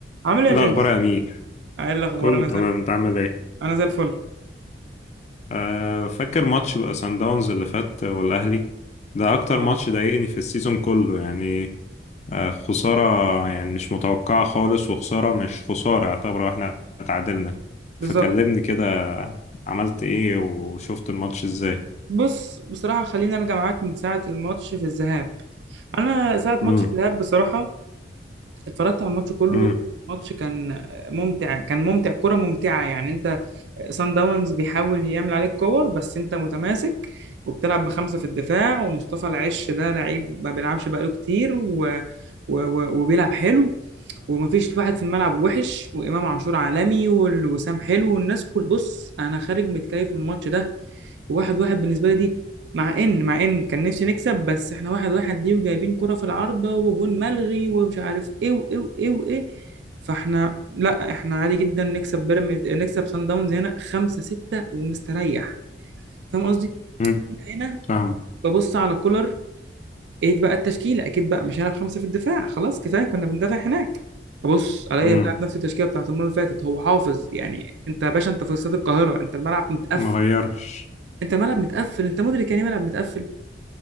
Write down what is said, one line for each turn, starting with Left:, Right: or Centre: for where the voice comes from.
Right: عامل ايه
Left: إيه
Right: يا جيمس؟
Left: الأخبار يا أمير
Right: ايه الاخبار؟
Left: كله
Right: انا
Left: تمام
Right: زي الفل
Left: أنت عامل إيه؟
Right: انا زي الفل
Left: آه فاكر ماتش بقى سان داونز اللي فات والأهلي ده أكتر
Right: اه
Left: ماتش ضايقني في السيزون كله يعني آه خسارة يعني مش متوقعة خالص وخسارة مش خسارة يعتبر إحنا اتعادلنا
Right: بالظبط
Left: فكلمني كده عملت إيه وشفت الماتش إزاي؟
Right: بص بصراحه خليني ارجع معاك من ساعه الماتش في الذهاب انا ساعه
Left: امم
Right: ماتش الذهاب بصراحه اتفرجت على الماتش كله
Left: امم
Right: الماتش كان ممتع كان ممتع كره ممتعه يعني انت سان داونز بيحاول يعمل عليك كور بس انت متماسك وبتلعب بخمسة في الدفاع ومصطفى العش ده لعيب ما بيلعبش بقاله كتير و... و... و... وبيلعب حلو ومفيش واحد في الملعب وحش وامام عاشور عالمي والوسام حلو والناس كل بص انا خارج متكيف من الماتش ده وواحد واحد بالنسبة لي دي مع ان مع ان كان نفسي نكسب بس احنا واحد واحد دي وجايبين كرة في العارضة وجون ملغي ومش عارف ايه وايه وايه وايه فاحنا لا احنا عادي جدا نكسب بيراميدز نكسب سان داونز هنا خمسة ستة ومستريح فاهم قصدي؟
Left: امم
Right: هنا هنا
Left: فاهم
Right: ببص على كولر ايه بقى التشكيلة اكيد بقى مش هيلعب خمسة في الدفاع خلاص كفايه كنا بندافع هناك بص الاقي
Left: امم
Right: بيلعب نفس التشكيله بتاعت المره اللي فاتت هو حافظ يعني انت يا باشا انت في استاد القاهره انت الملعب متقفل
Left: مغيرش
Right: انت الملعب متقفل انت مدرك يعني إيه ملعب متقفل